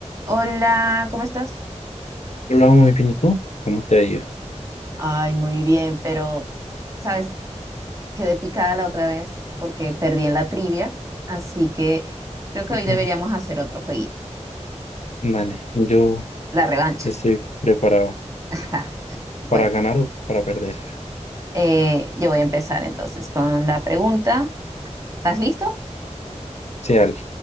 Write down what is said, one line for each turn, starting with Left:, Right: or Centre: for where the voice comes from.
Right: Hola, ¿cómo estás?
Left: Hola, muy bien, ¿y tú? ¿Cómo te ha ido?
Right: Ay, muy bien, pero Sabes, quedé picada la otra vez porque perdí en la trivia, así que creo que
Left: Ujú.
Right: hoy deberíamos hacer otro jueguito,
Left: Dale, yo
Right: la revancha.
Left: estoy preparado
Right: <laughs>
Left: para
Right: Bueno,
Left: ganar o para perder.
Right: eh, yo voy a empezar entonces con la pregunta. ¿Estás listo?
Left: Sea el,